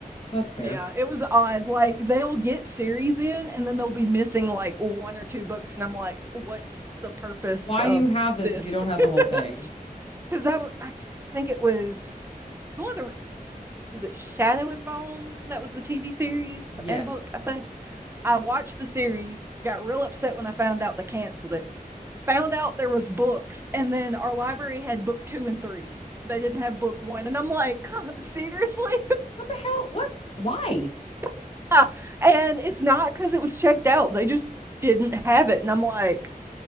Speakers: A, on the left; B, on the right.
A: that's fair.
B: Yeah, it was odd. Like they'll get series in, and then they'll be missing like one or two books, and I'm like, what's the purpose
A: Why
B: of
A: do you have this
B: this?
A: if you don't have
B: <laughs>
A: the whole thing?
B: Because I, I think it was it's one of the is it Shadow and Bone that was the TV series
A: Yes.
B: and a book, I think. I watched the series, got real upset when I found out they canceled it, found out there was books, and then our library had book two and three. They didn't have book one, and I'm like, seriously?
A: What the hell? What? Why?
B: <laughs> and it's not because it was checked out; they just didn't have it, and I'm like,